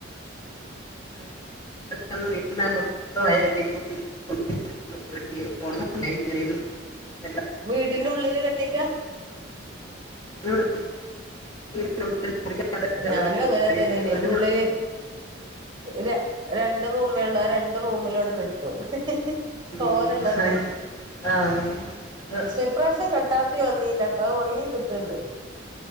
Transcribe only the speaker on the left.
<inaudible> <inaudible>
ഉം, <inaudible> മുറിക്കകത്തൊക്കെ
ഒരു മുറിയൊക്കെ
ഒരു
മുറി
ഉം,
ആ അത്